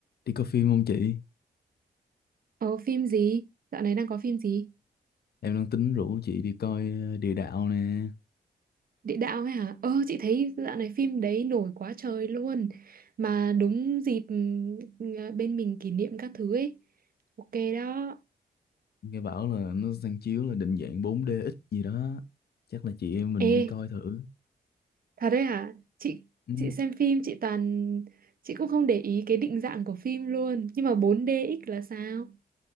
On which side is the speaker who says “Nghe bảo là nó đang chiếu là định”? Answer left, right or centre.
Left